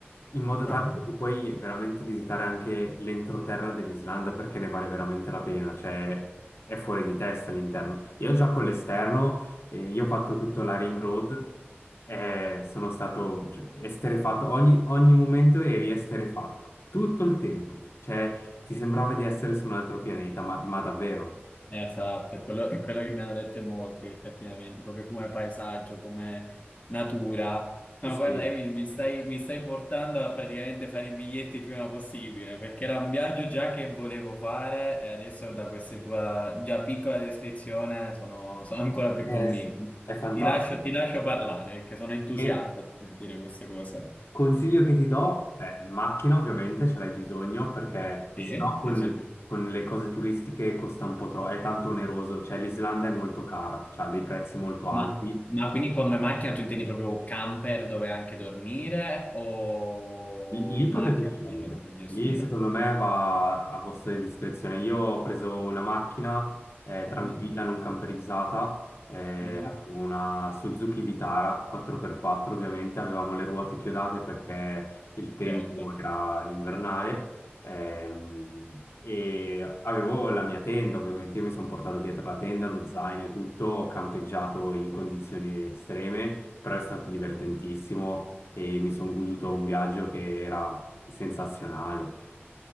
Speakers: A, on the left; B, on the left.
A: in modo
B: Ah.
A: tale che tu puoi veramente visitare anche l'entroterra dell'Islanda perché ne vale veramente la pena, cioè è fuori di testa l'interno. Io già con l'esterno, eh, io ho fatto tutto la Ring Road, e sono stato gi- esterefatto, ogni, ogni momento eri esterefatto, tutto il tempo, cioè ti sembrava di essere su un altro pianeta, ma, ma davvero.
B: Esatto, è quello, è quello che mi hanno detto in molti, effettivamente, proprio come paesaggio, come natura. No,
A: Sì,
B: guarda, Emil, mi stai, mi stai portando a praticamente fare i biglietti il prima possibile, perché era un viaggio già che volevo fare e adesso da questa tua già piccola descrizione sono, sono ancora più
A: eh
B: convinto.
A: sì, è fantastico.
B: Ti lascio, ti lascio parlare, perché sono entusiasta
A: E
B: di sentire queste cose.
A: Consiglio che ti do, beh, macchina ovviamente ce l'hai bisogno perché
B: Sì.
A: sennò con,
B: Sì, sì, sì.
A: con le cose turistiche costa un po' troppo, è tanto oneroso, cioè l'Islanda è molto cara, cioè ha dei prezzi molto
B: Ma,
A: alti
B: ma quindi come macchina tu intendi proprio camper dove anche dormire o
A: Lì lì
B: macchina
A: potete scegliere,
B: semplicemente per gestire?
A: lì secondo me va a vostra discrezione. Io ho preso una macchina eh,
B: Mhm,
A: tranquilla, non camperizzata, eh,
B: mhm,
A: avevo una Suzuki Vitara 4x4
B: mhm.
A: ovviamente, avevamo le ruote chiodate perché il tempo
B: Certo,
A: era invernale ehm, e avevo la mia tenda ovviamente, io mi sono portato dietro la tenda, lo zaino e tutto, ho campeggiato in condizioni estreme, però è stato divertentissimo e mi sono goduto un viaggio che era sensazionale.